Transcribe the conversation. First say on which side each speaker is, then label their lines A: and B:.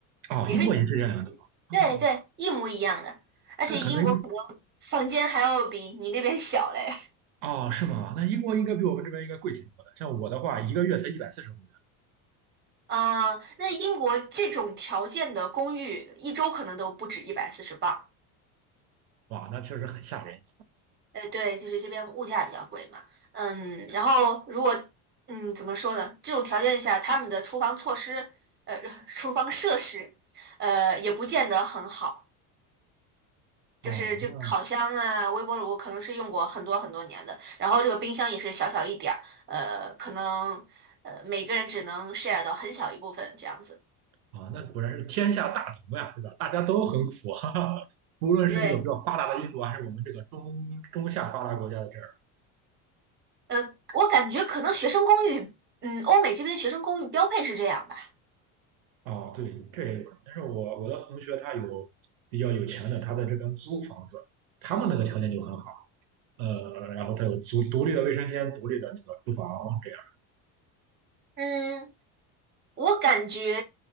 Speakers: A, on the right (about 85°); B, on the right (about 25°).
A: 哦，
B: 也是
A: 英国也是这样的吗？哦，
B: 对对一模一样的。而且英国可能房间还要比你那边小嘞。
A: 但可能
B: <laughs>
A: 哦是吗？那英国应该比我们这边应该贵挺多的。
B: 嗯。
A: 像我的话，一个月才一百四十欧元，
B: 啊，那英国这种条件的公寓，一周可能都不止一百四十磅。
A: 哇，那确实很吓人。
B: 呃，对，就是这边物价比较贵嘛，嗯，然后如果，嗯，怎么说呢？这种条件下，他们的厨房措施，呃，<laughs> 厨房设施，呃，也不见得很好。
A: 哦，
B: 就是这个烤箱啊、
A: 那
B: 微波炉可能是用过很多很多年的，然后这个冰箱也是小小一点儿，呃，可能呃每个人只能 share 到很小一部分这样子。
A: 啊，那果然是天下大同呀，对吧？大家都很苦，哈哈。无论是这个比较发达的印度，
B: 对，
A: 还是我们这个中中下发达国家的这儿。
B: 呃，我感觉可能学生公寓，嗯，欧美这边学生公寓标配是这样吧。
A: 哦，对，这也有可能。但是我我的同学他有比较有钱的，他在这边租房子，他们那个条件就很好。呃，然后他有独独立的卫生间、独立的那个厨房这样。
B: 嗯，我感觉，